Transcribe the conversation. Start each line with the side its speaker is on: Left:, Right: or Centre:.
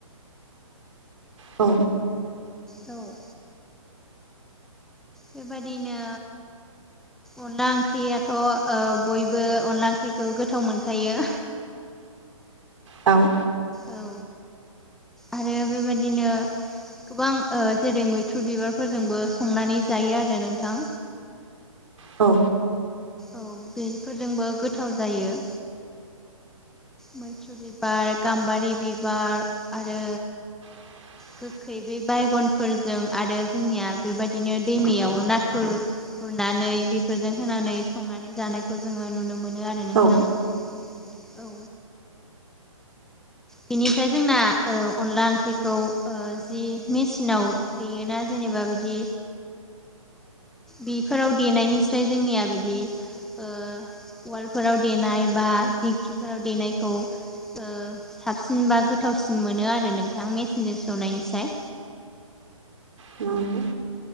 Right: औ
Centre: औ बेबायादिनो अनला ओंख्रियाथ' बयबो अनला ओंख्रिखौ गोथाव मोनखायो।
Right: दाउ
Centre: औ आरो बेबायादिनो गोबां जेरै मैथ्रुरु बिबारफोरजोंबो संनानै जायो आरो नोंथां।
Right: औ
Centre: औ बेफोरजोंबो गोथाव जायो। मैथ्रु बिबार गाम्बारि बिबार आरो
Right: <inaudible>
Centre: गोखै बे बायगनफोरजों आरो जोंनिया बेबायदिनो दैमायाव नाथुर गुरनानै बेफोरजों होनानै संनानै जानायखौ जोङो नुनो मोनो आरो आरो नोंथां
Right: औ
Centre: औ बिनिफ्राय जोंना अनला ओंख्रिखौ जि मेसिनाव बियो ना जेनेबा बिदि बेफोराव देनायनिस्राय जोंनिया बिदि ओ उवालफोराव देनाय बा दिंखिफोराव देनायखौ साबसिन बा गोथावसिन मोनो आरो नोंथां मेसिनजों सौनायनिसाय।
Right: औ